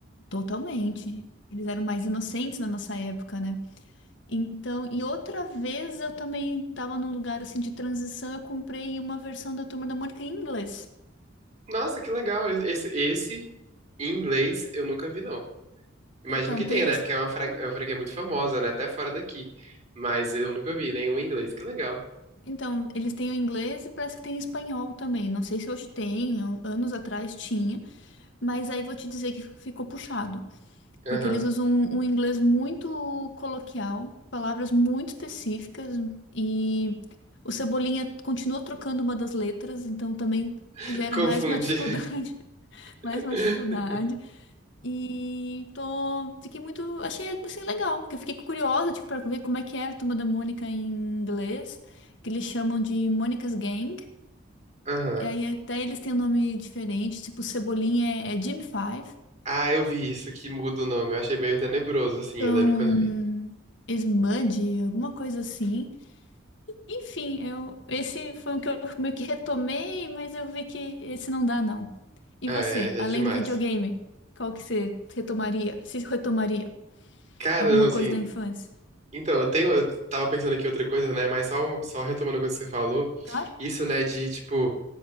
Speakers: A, on the left; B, on the right.
A: totalmente. Eles eram mais inocentes na nossa época, né? Então, e outra vez eu também estava num lugar assim de transição, eu comprei uma versão da Turma da Mônica em inglês.
B: Nossa, que legal. Esse, esse, em inglês, eu nunca vi, não. Imagino
A: Então,
B: que
A: tem
B: tenha,
A: eles,
B: né? Porque é uma, fran- é uma franquia muito famosa, né? Até fora daqui. Mas eu nunca vi nenhum em inglês. Que legal.
A: então, eles têm o inglês e parece que tem espanhol também. Não sei se hoje tem, an- anos atrás tinha, mas aí vou te dizer que ficou puxado,
B: Aham.
A: porque eles usam um, um inglês muito coloquial, palavras muito específicas e o Cebolinha continua trocando uma das letras, então também
B: <laughs>
A: gera
B: Confunde.
A: mais uma <laughs> dificuldade,
B: <laughs>
A: mais uma dificuldade. E tô, fiquei muito, achei assim legal, porque eu fiquei curiosa, tipo, para ver como é que era a Turma da Mônica em inglês, que eles chamam de Mônica's Gang.
B: Aham.
A: E aí até eles têm um nome diferente, tipo Cebolinha é, é Jim Five,
B: Ah, eu vi isso, que muda o nome. Eu achei meio tenebroso, assim.
A: então
B: Eu lembro quando eu vi.
A: Smudge, alguma coisa assim. Enfim, eu esse foi um que eu meio que retomei, mas eu vi que esse não dá não. E
B: Ah,
A: você,
B: é, já
A: além
B: é demais.
A: do videogame, qual que você retomaria? Se retomaria
B: Cara,
A: alguma
B: não, assim,
A: coisa da infância?
B: Então, eu tenho, eu tava pensando aqui outra coisa, né? Mas só, só retomando a coisa que você falou,
A: Claro.
B: isso, né, de, tipo,